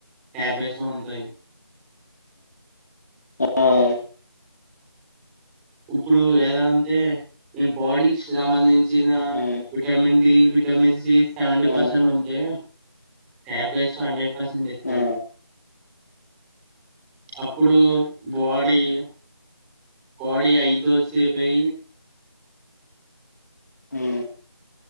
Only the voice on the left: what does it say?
హా
ఆ,
ఆ,
ఆ,
హా